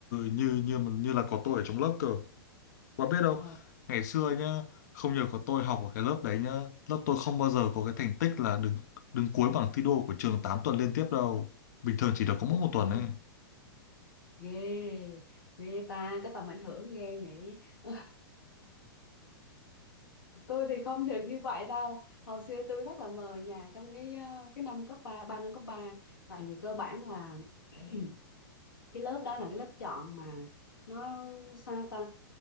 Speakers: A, on the left; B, on the left.
A: như như như là có tôi ở trong lớp cơ Bạn biết đâu
B: ồ
A: ngày xưa nhá, không nhờ có tôi học ở cái lớp đấy nhá, lớp tôi không bao giờ có cái thành tích là đứng đứng cuối bảng thi đua của trường 8 tuần liên tiếp đâu. Bình thường chỉ được có mỗi một tuần
B: ừ,
A: ấy.
B: ghê ghê ta có tầm ảnh hưởng ghê nhỉ <laughs> tôi thì không được như vậy đâu hồi xưa tôi rất là mờ nhạt trong cái ờ, cái năm cấp ba ba năm cấp ba tại vì cơ bản là <clears throat> cái lớp đó là cái lớp chọn mà nó sao ta